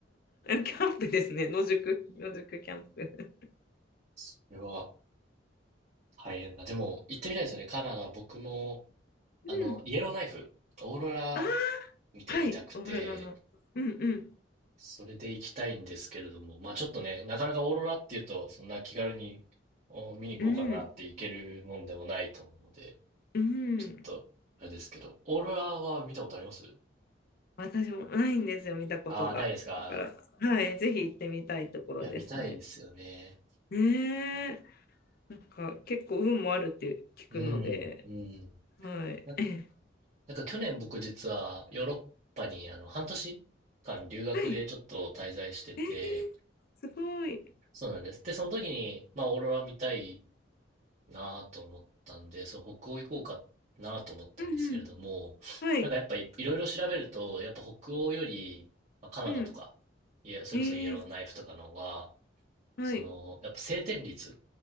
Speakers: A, on the left (about 55°); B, on the right (about 40°).
A: キャンプですね。野宿、野宿キャンプ。
B: これは大変だ。でも、行ってみたいですよね。カナダ、僕も、
A: うん。
B: あの、イエローナイフ、オーロラ
A: あ
B: 見てみたくて、
A: あ、はい。オーロラの。うんうん。
B: それで行きたいんですけれども、まあちょっとね、なかなかオーロラっていうと、そんな気軽にお見に行こうかなって行けるもんでもないと思うので、
A: うん。うん。
B: ちょっと、あれですけど、オーロラは見たことあります
A: 私もないんですよ、見たことが。
B: ああー、ないですか。
A: だから、はい。ぜひ行ってみたいところですね。
B: いや、見たいですよね。
A: ねえ。なんか、結構運もあるって聞くので。
B: うん、うん。
A: はい。
B: な、
A: ええ
B: なんか去年僕実はヨーロッパにあの半年間留学でちょっと滞在してて、
A: はい。ええすごい。
B: そうなんです。で、その時に、まあ、オーロラ見たいなと思ったんで、そう、北欧行こうかなと思ったんですけれども、
A: うんうん。はい。
B: なんかやっぱい、いろいろ調べると、やっぱ北欧より、まあ、カナダとか、
A: うん。
B: いや、それこそイエローナイフとかの方が、
A: ええはい。
B: その、やっぱ晴天率。